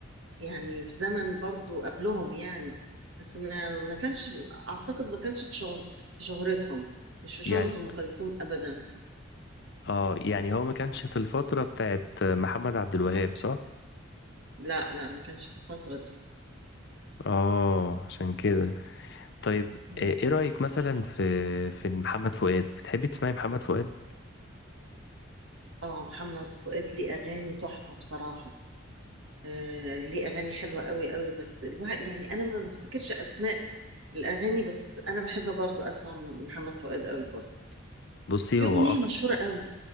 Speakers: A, on the right; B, on the left.
A: يعني في زمن برضو قبلهم يعني بس ما ما كانش اعتقد ما كانش في شهر في شهرتهم مش في شهرة
B: يعني
A: ام كلثوم ابدا
B: اه يعني هو ما كانش في الفترة بتاعت محمد عبد الوهاب صح؟
A: لا لا ما كانش في الفترة دي
B: اه عشان كده طيب
A: مم.
B: آه، ايه رأيك مثلا في في محمد فؤاد بتحبي تسمعي محمد فؤاد؟
A: اه محمد فؤاد ليه اغاني تحفة بصراحة آه ليه اغاني حلوة قوي قوي بس الواحد يعني انا ما بفتكرش اسماء الاغاني بس انا بحب برضو اسمع محمد فؤاد قوي برضو
B: بصي
A: ليه
B: هو
A: أغنية
B: أك...
A: مشهورة قوي